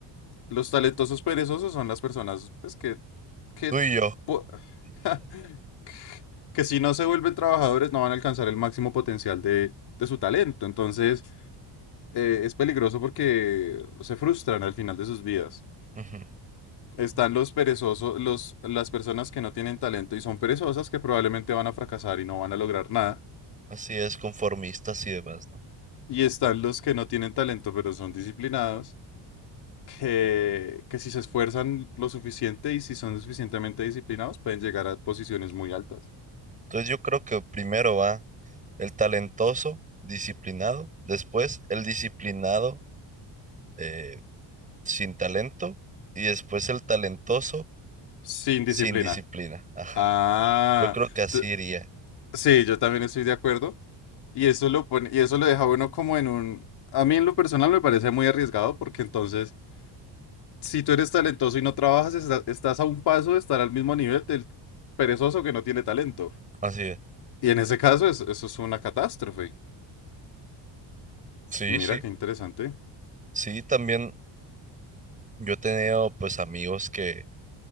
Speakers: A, on the left; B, on the right.
A: Los talentosos perezosos son las personas pues, que, que,
B: Tú y yo,
A: po- <laughs> que si no se vuelven trabajadores no van a alcanzar el máximo potencial de, de su talento. Entonces eh, es peligroso porque se frustran al final de sus vidas.
B: ujú.
A: Están los perezosos, los, las personas que no tienen talento y son perezosas que probablemente van a fracasar y no van a lograr nada.
B: Así es, conformistas y demás, ¿no?
A: Y están los que no tienen talento pero son disciplinados, que, que si se esfuerzan lo suficiente y si son suficientemente disciplinados pueden llegar a posiciones muy altas.
B: Entonces yo creo que primero va el talentoso, disciplinado, después el disciplinado eh, sin talento y después el talentoso
A: Sin
B: sin
A: disciplina.
B: disciplina. Ajá.
A: Ah,
B: Yo creo que así
A: t-
B: iría.
A: sí, yo también estoy de acuerdo. Y eso lo pone, y eso lo deja bueno como en un. A mí en lo personal me parece muy arriesgado porque entonces, si tú eres talentoso y no trabajas, esta- estás a un paso de estar al mismo nivel del perezoso que no tiene talento.
B: Así es.
A: Y en ese caso, es- eso es una catástrofe.
B: Sí,
A: Mira
B: sí.
A: qué interesante.
B: Sí, también yo he tenido pues amigos que